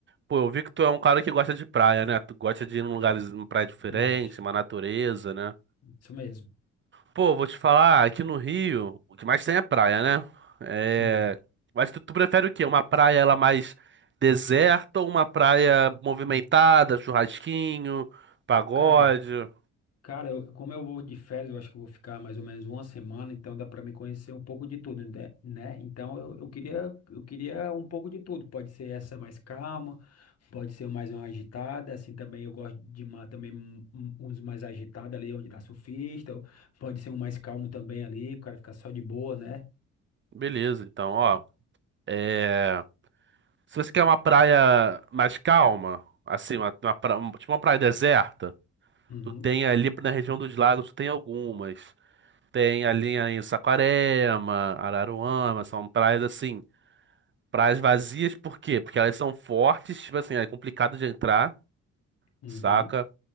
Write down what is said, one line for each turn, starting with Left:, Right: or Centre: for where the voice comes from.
Right: pô, eu vi que tu é um cara que gosta de praia, né? Tu gosta de ir num lugar, numa praia diferente,
Left: Gosto.
Right: uma natureza, né?
Left: Isso mesmo.
Right: Pô, vou te falar, aqui no Rio, o que mais tem é praia, né? É...
Left: Sim.
Right: Mas tu, tu prefere o quê? Uma praia ela mais deserta ou uma praia movimentada, churrasquinho, pagode?
Left: Cara, cara, eu- como eu vou de férias, eu acho que eu vou ficar mais ou menos uma semana, então dá pra me conhecer um pouco de tudo, né? né? Então eu, eu queria, eu queria um pouco de tudo. Pode ser essa mais calma, pode ser mais uma agitada, assim também eu gosto de uma, também um- um- uns mais agitados ali onde dá surfista, ou pode ser um mais calmo também ali, o cara ficar só de boa, né?
Right: Beleza, então, ó. é, Se você quer uma praia mais calma, assim, uma, uma pra- um- tipo uma praia deserta,
Left: Uhum,
Right: tu tem ali na região dos lagos, tu tem algumas. Tem ali em Saquarema, Araruama, são praias assim. Praias vazias, por quê? Porque elas são fortes, tipo assim, é complicado de entrar,
Left: uhum.
Right: saca?